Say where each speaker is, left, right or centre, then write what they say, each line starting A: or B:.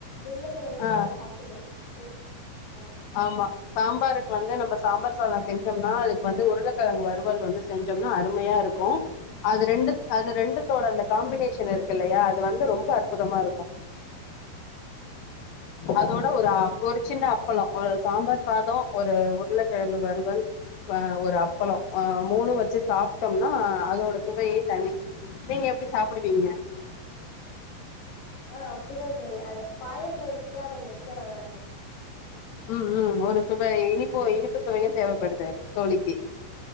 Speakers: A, on the left; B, on the left.
A: உருளைக்கிழங்கு
B: ஆ
A: வேணா சாப்ட்டுக்கலா டெஸ் ஆ
B: ஆமா சாம்பாருக்கு வந்து நம்ம சாம்பார் சாதம் செஞ்சம்னா அதுக்கு வந்து உருளைக்கிழங்கு வறுவல் வந்து செஞ்சோம்னா அருமையா இருக்கும் அது ரெண்டு அது ரெண்டுத்தோட அந்த காம்பினேஷன் இருக்கு இல்லையா அது வந்து ரொம்ப அற்புதமா இருக்கு
A: ஆமா
B: அதோட ஒரு
A: தோழி
B: அ ஒரு சின்ன அப்பள ஒரு சாம்பார் சாதம் ஒரு உருளைக்கிழங்கு வறுவல் ஆ ஒரு அப்பளோ அ மூணு வச்சு சாப்ட்டோம்னா அதோட சுவையே தனி நீங்க எப்டி சாப்பிடுவீங்க
A: ஆ அப்டிதா தோழி அது பாயச எக்ஸ்ட்டா கொஞ்ச வச்சா நல்லா இருக்கு
B: ம் ம் ஒரு சுவை இனிப்பு இனிப்பு சுவையு தேவப்படுது தோழிக்கு